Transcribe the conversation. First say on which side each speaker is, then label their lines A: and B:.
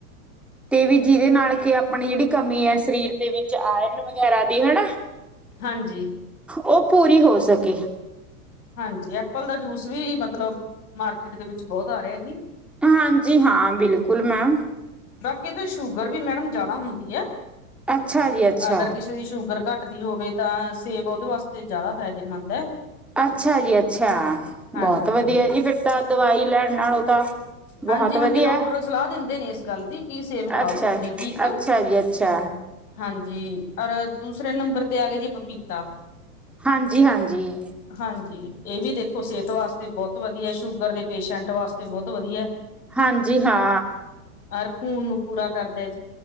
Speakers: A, in the centre; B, on the left.
A: ਤੇ ਵੀ ਜਿਹਦੇ ਨਾਲ ਕਿ ਆਪਣੀ ਜਿਹੜੀ ਕਮੀ ਹੈ ਸਰੀਰ ਦੇ ਵਿੱਚ ਆਇਰਨ ਵਗੈਰਾ ਦੀ ਹੈਨਾ।
B: ਹਾਂਜੀ।
A: ਉਹ ਪੂਰੀ ਹੋ ਸਕੇ।
B: ਹਾਂਜੀ ਐਪਲ ਦਾ ਜੂਸ ਵੀ ਮਤਲਬ ਮਾਰਕੀਟ ਦੇ ਵਿੱਚ ਬਹੁਤ ਆ ਰਿਹਾ ਜੀ।
A: ਹਾਂਜੀ ਹਾਂ ਬਿਲਕੁਲ ਮੈਮ।
B: ਕਿਤੇ ਸ਼ੂਗਰ ਵੀ ਮੈਡਮ ਜਿਆਦਾ ਹੁੰਦੀ ਏ।
A: ਅੱਛਾ ਜੀ ਅੱਛਾ
B: ਅਗਰ ਕਿਸੇ ਦੀ ਸ਼ੂਗਰ ਘੱਟ ਟੀ ਹੋਵੇ ਤਾਂ ਸੇਬ ਉਹਦੇ ਵਾਸਤੇ ਜ਼ਿਆਦਾ ਫਾਇਦੇਮੰਦ ਹੈ।
A: ਅੱਛਾ ਜੀ ਅੱਛਾ,
B: ਹਾਂਜੀ
A: ਬਹੁਤ ਵਧੀਆ ਜੀ ਫਿਰ ਤਾਂ ਦਵਾਈ ਲੈਣ ਨਾਲੋਂ ਤਾਂ
B: ਹਾਂਜੀ
A: ਬਹੁਤ
B: ਹਾਂਜੀ
A: ਵਧੀਆ
B: ਡਾਕਟਰ ਸਲਾਹ ਦਿੰਦੇ ਨੇ ਇਸ ਗੱਲ ਦੀ ਕਿ ਸੇਬ ਖਾਓ
A: ਅੱਛਾ-ਅੱਛਾ
B: ਡੇਲੀ ਇੱਕ
A: ਜੀ ਅੱਛਾ।
B: ਹਾਂਜੀ ਔਰ ਦੂਸਰੇ ਨੰਬਰ ਤੇ ਆ ਗਏ ਜੇ ਪਪੀਤਾ।
A: ਹਾਂਜੀ-ਹਾਂਜੀ।
B: ਹਾਂਜੀ ਇਹ ਵੀ ਦੇਖੋ ਸਿਹਤ ਵਾਸਤੇ ਬਹੁਤ ਵਧੀਆ ਸ਼ੂਗਰ ਦੇ ਪੇਸ਼ੈਂਟ ਵਾਸਤੇ ਬਹੁਤ ਵਧੀਆ ਏ।
A: ਹਾਂਜੀ ਹਾਂ
B: ਅਰ ਖੂਨ ਨੂੰ ਪੂਰਾ ਕਰਦੇ